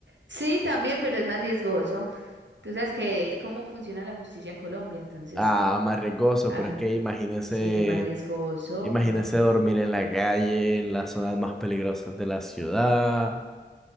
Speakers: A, on the right; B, in the centre.
A: Sí, también, pero es más riesgoso. Tú sabes que cómo funciona la justicia en Colombia, entonces,
B: Ah, más riesgoso,
A: am,
B: pero es que imagínense,
A: sí, más riesgoso.
B: imagínense
A: Yo,
B: dormir en la calle, en las zonas más peligrosas de la ciudad,